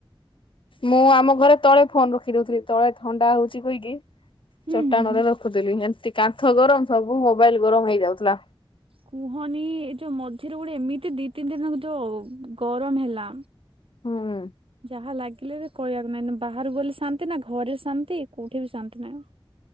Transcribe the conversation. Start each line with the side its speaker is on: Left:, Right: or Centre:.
Left: ମୁଁ ଆମ ଘରେ ତଳେ ଫୋନ ରଖିଦଉଥିଲି, ତଳେ ଥଣ୍ଡା ହଉଛି କହିକି
Right: ହୁଁ
Left: ଚଟାଣରେ
Right: ହୁଁ ହୁଁ
Left: ରଖୁଥିଲି ଏମିତି କାନ୍ଥ ଗରମ ସବୁ ମୋବାଇଲ ଗରମ ହେଇଯାଉଥିଲା।
Right: କୁହନି ଏ ଯୋଉ ମ ଏଥିରେ ଗୋଟେ ଏମିତି ଦି ତିନି ଦିନ ଯୋଉ ଗରମ ହେଲା।
Left: ହୁଁ।
Right: ଯାହା ଲାଗିଲେ ବି କହିବାକୁ ନାଇଁ ବାହହାରକୁ ଗଲେ ଶାନ୍ତି ନା ଘରେ ଶାନ୍ତି କୋଉଠି ବି ଶାନ୍ତି ନାହିଁ।